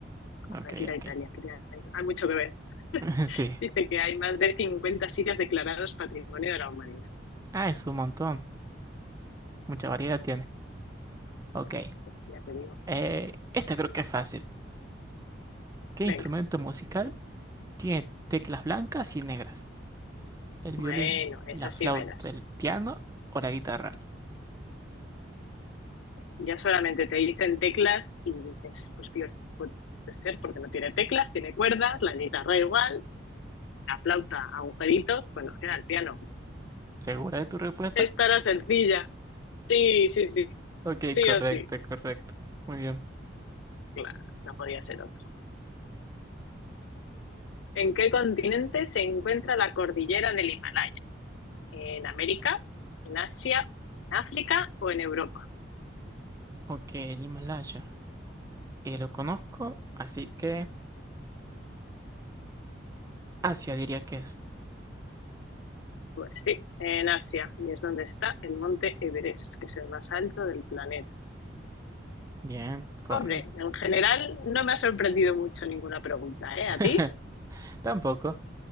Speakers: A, on the right; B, on the left.
A: ok,
B: para que ir
A: ok.
B: a Italia, quería ir. hay mucho que ver.
A: <laughs> Sí.
B: Dice que hay más de 50 sitios declarados Patrimonio de la Humanidad.
A: Ah, es un montón. Mucha variedad tiene. Ok.
B: Ya te digo.
A: Eh, esta creo que es fácil. ¿Qué
B: Venga,
A: instrumento musical tiene teclas blancas y negras? ¿El
B: bueno,
A: violín,
B: esa
A: la flauta,
B: sí me la sé.
A: el piano o la guitarra?
B: Ya solamente te dicen teclas y dices, pues bien, puede ser porque no tiene teclas, tiene cuerdas, la guitarra igual, la flauta, agujeritos, pues nos queda el piano.
A: ¿Segura de tu respuesta?
B: Estará sencilla. Sí, sí, sí,
A: Ok,
B: sí
A: correcto,
B: o sí.
A: correcto. Muy bien.
B: Claro, no podía ser otro. ¿En qué continente se encuentra la cordillera del Himalaya? ¿En América? ¿En Asia? ¿En África o en Europa?
A: Ok, el Himalaya. Eh, lo conozco, así que Asia diría que es.
B: Pues sí, en Asia, y es donde está el monte Everest, que es el más alto del planeta.
A: Bien, correcto.
B: Hombre, en general no me ha sorprendido mucho ninguna pregunta, ¿eh?
A: <laughs>
B: ¿A ti?
A: Tampoco.